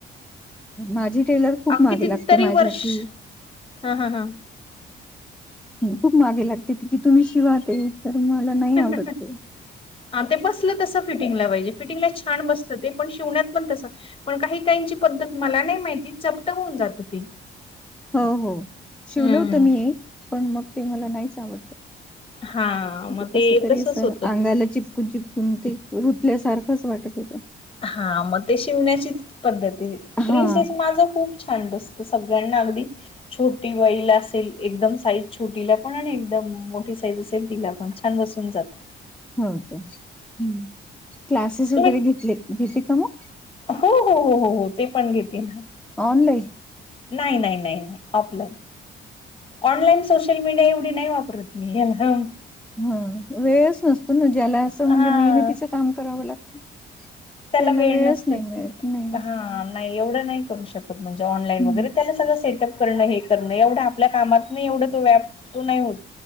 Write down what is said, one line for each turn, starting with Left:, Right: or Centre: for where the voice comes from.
Centre: माझी टेलर खूप मागे
Left: कितीतरी
Centre: लागते माझ्या
Left: वर्ष
Centre: कि
Left: हा हा हा
Centre: खूप मागे लागते की तुम्ही शिवाय ते तर मला नाही
Left: हा
Centre: आवडत तो
Left: ते बसलं तसं फिटिंगला पाहिजे फिटिंगला छान बत ते पण शिवण्यात पण तस पण काही काहीची पद्धत मला नाही माहिती चपटक होऊन जात ते
Centre: हो हो शिवल
Left: हम्म.
Centre: होतं मी एक पण मग ते मला नाहीच आवडलं
Left: हा मग
Centre: ते कस तरी
Left: तसच
Centre: अस अंगायला
Left: होतं.
Centre: चिपकू चिप कुन ते रुतल्यासारखंच वाटत होतं
Left: हा मग ते शिवण्याची पद्धत आहे.
Centre: हा
Left: प्रिन्सेस माझ खूप छ छान बसत सगळ्यांना अगदी छोटी वईला असेल एकदम साईज छोटीला पण आणि एकदम मोठी साईज असेल तिला पण छान बसून जात.
Centre: हो का. हम्म क्लासेस वगैरे
Left: तुम्ही
Centre: घेतले घेते का मग?
Left: हो हो हो हो ते पण घेेते
Centre: ऑनलाईन?
Left: नाही नाही नाही ऑफलाईन. ऑनलाईन सोशल मीडिया एवढी नाही वापरत मी हा.
Centre: हम्म वेळच नसतो ना ज्याला असं म्हणजे
Left: हा
Centre: मेहनतीचं काम करावं लागत त्याला
Left: वेळ
Centre: वेळच
Left: नसतोय.
Centre: नाही मिळत नाही.
Left: हा नाही, एवढ नाही करू शकत म्हणजे ऑनलाईन
Centre: हम्म.
Left: वगैरे त्या सगळं सेटअप करण हे करण एवढ आप पल्या कामात नाही एवढं तो व्याप तो नाही होत.